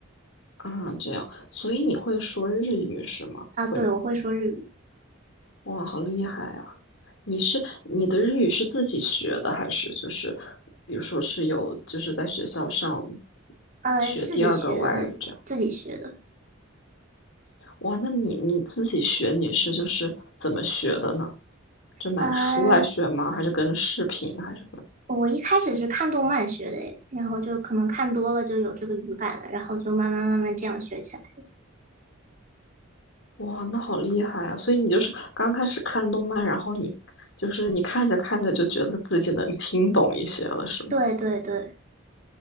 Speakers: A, on the left (about 65°); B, on the right (about 40°).
A: 啊，这样，所以你会说日语是吗？
B: 啊，
A: 会吗？
B: 对，我会说日语，
A: 哇，好厉害啊！你是你的日语是自己学的，还是就是比如说是有就是在学校上
B: 呃，
A: 学第二个外语这样？
B: 自己学的，自己学的。
A: 哇，那你你自己学你是就是怎么学的呢？就买书来学吗？
B: 呃，
A: 还是跟着视频？还是
B: 我一开始是看动漫学的诶然后就可能看多了就有这个语感了，然后就慢慢慢慢这样学起来。
A: 跟？哇，那好厉害啊！所以你就是刚开始看动漫，然后你就是你看着看着就觉得自己能听懂一些了，是吗？
B: 对对对，